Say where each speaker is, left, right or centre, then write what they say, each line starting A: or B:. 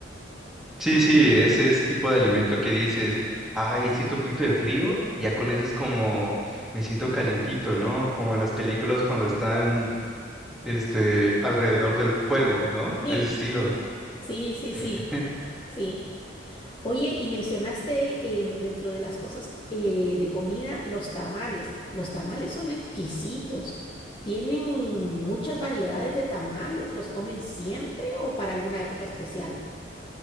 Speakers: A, in the centre; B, on the left (about 25°).
A: Sí, sí, ese es tipo de alimento que dices, ay, siento un poquito de frío y ya con eso es como me siento calientito, ¿no? Como en las películas cuando están, este, alrededor del fuego, ¿no?
B: Sí,
A: De ese estilo.
B: sí, sí, sí,
A: <laughs>
B: sí. Oye, y mencionaste em, dentro de las cosas eh, de comida, los tamales. Los tamales son exquisitos. ¿Tienen muchas variedades de tamales? ¿Los comen siempre o para alguna época especial?